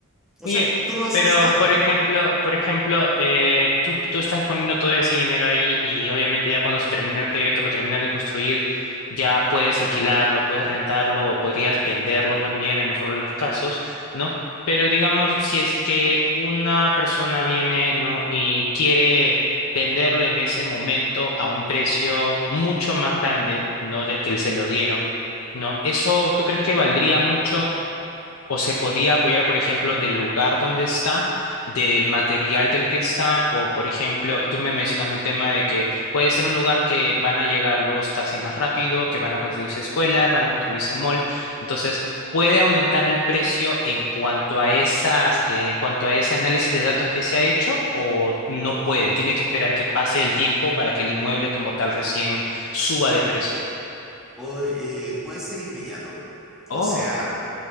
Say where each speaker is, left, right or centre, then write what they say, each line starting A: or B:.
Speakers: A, in the centre; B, on the left (about 80°).
A: O
B: Oye,
A: sea, tú no haces
B: pero
A: nada.
B: por ejemplo, por ejemplo, eh, tú, tú estás poniendo todo ese dinero ahí y obviamente ya cuando se termina el proyecto, lo terminan de construir, ya puedes alquilarlo, puedes rentarlo o podrías venderlo también en mejor de los casos, ¿no? Pero digamos, si es que una persona viene, ¿no? y quiere venderlo en ese momento a un precio mucho más grande, ¿no? del que se lo dieron, ¿no? ¿Eso tú crees que valdría mucho? O se podría apoyar, por ejemplo, del lugar donde está, del material del que está, o por ejemplo, tú me mencionando el tema de que puede ser un lugar que van a llegar los taxis más rápido, que van a construirse escuelas, van a construirse malls. Entonces, puede aumentar el precio en cuanto a esas, eh, en cuanto a ese análisis de datos que se ha hecho, o no puede, tiene que esperar que pase el tiempo para que el inmueble como tal recién suba de precio.
A: O, eh, puede ser inmediato.
B: Oh,
A: O sea...